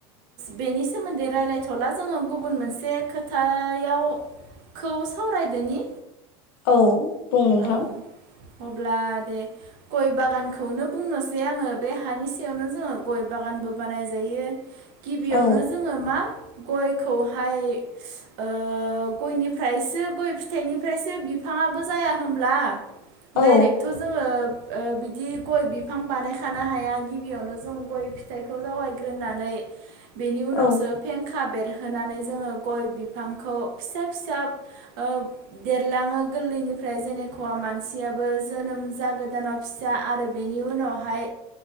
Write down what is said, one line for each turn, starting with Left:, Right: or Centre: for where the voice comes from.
Right: बेनि सोमोन्दै रायज्लायथ'ला जोङो गुबुन मोनसे खोथायावखौ सावरायदोनि।
Left: औ। बुं नोंथां।
Right: औ अब्ला दे गय बागानखौनो बुंनोसै आङो बे हानि सायावनो जोङो गय बागानबो बानाय जायो। गिबियावनो
Left: औ
Right: जोङो मा गयखौहाय ओ गयनिफ्रायसो गय फिथाइनिफ्रायसो बिफाङाबो जाया होमब्ला? डाइरेक्टथ'
Left: औ
Right: जोङो ओ बिदि गय बिफां बानायखानो हाया गिबियावनो जों गय फिथाइखौ जावायग्रोनानै बेनि उनावसो
Left: औ
Right: फेंखा बेेर होनानै जोङो गय बिफांखौ फिसा फिसा ओ देरलाङो गोरलैनिफ्राय ओमफ्राय जेनेखवा मानसियाबो जोनोम जागोदानाव फिसा आरो बेनि उनावहाय